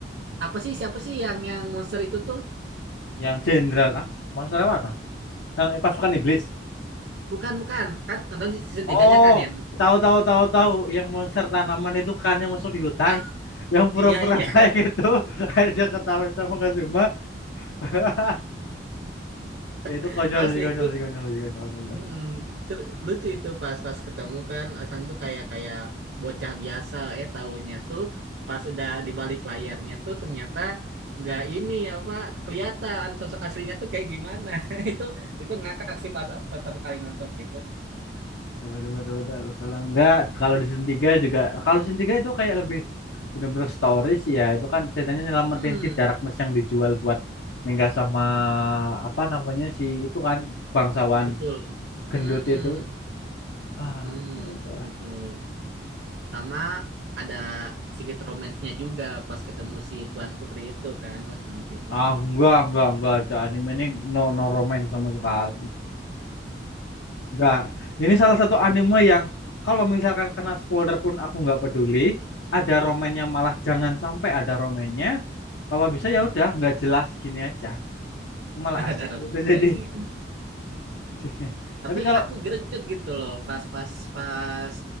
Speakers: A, on the right (about 65°); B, on the left (about 80°).
A: apa sih siapa sih yang yang monster itu tuh?
B: yang jenderal ah monster yang mana yang eh, pasukan iblis
A: Bukan bukan kan nonton season
B: oh
A: 3-nya kan ya.
B: tahu tahu tahu tahu yang monster tanaman itu kan yang masuk di hutan
A: Nah
B: yang pura-pura
A: Iya iya
B: baik itu <laughs> akhirnya ketahuan sama Kazuma <laughs> ya itu
A: <laughs>
B: konyol
A: asli
B: sih konyol
A: itu
B: sih konyol sih konyol, konyol.
A: mm-mm. Seru- lucu itu pas pas ketemu kan Asan tuh kayak kayak bocah biasa eh tahunya tuh pas udah di balik layarnya tuh ternyata nggak ini apa kelihatan sosok aslinya tuh kayak gimana <laughs> itu itu ngakak sih pas pas pertama kali nonton sih itu
B: Betul, betul, betul, betul. Kalau enggak, kalau di season 3 juga, kalau season 3 itu kayak lebih benar-benar story sih ya. Itu kan ceritanya nyelamatin
A: hmm
B: si Darkness yang dijual buat nikah sama apa namanya si itu kan bangsawan
A: betul hmm
B: gendut itu. Ah,
A: hmm
B: itu
A: betul sama ada sedikit romansnya juga pas ketemu si Tuan Putri itu kan pas ketemu si Tuan
B: ah enggak, enggak, enggak ada anime ini no no romance sama sekali. Enggak. Ini salah satu anime yang kalau misalkan kena spoiler pun aku nggak peduli. Ada romannya malah jangan sampai ada romannya. Kalau bisa
A: Hmm.
B: ya udah nggak jelas gini aja. Malah
A: <laughs>
B: asik
A: Ada Robby
B: itu
A: iya
B: jadi.
A: sih.
B: <laughs>
A: Tapi
B: Tapi kalau
A: aku greget gitu loh pas pas pas